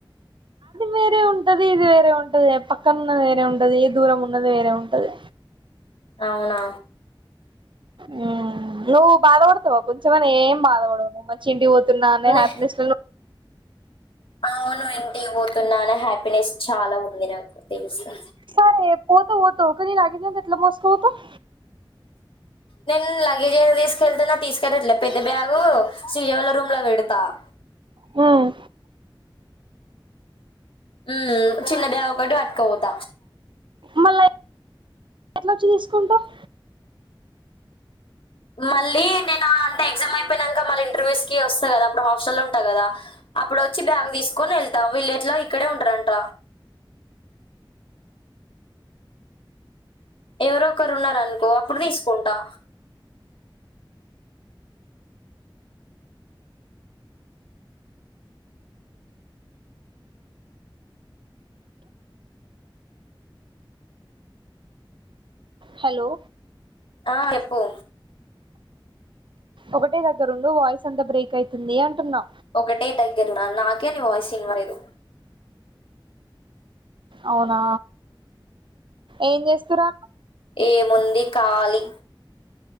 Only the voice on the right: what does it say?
సరే ఉం టది ఇది వేరే ఉంటదే పక్కన ఉన్నది వేరే ఉంటది దూరం ఉన్నది వేరే ఉంటది
మ్ నువ్ బాధపడుతవా కొంచమైన్న ఏం బాధపడవు నువ్ మంచిం టికి పోతున్న అనే
హ్యాపీనెస్
సరే పోతేపోత్తవు కనీ ఈ లగ్గేజ్ అంత ఎట్లా మోసుకపోతవ్
హుమ్
మళ్ళా ఎట్లాొచ్చి తీసుకుంటవ్
బ్లాంక్
హలో
ఒకటే దగ్గరుండు వాయిస్ అంత బ్రేక్ అయితుంది అంటున్నా
అవునా ఏం చేస్తురాలు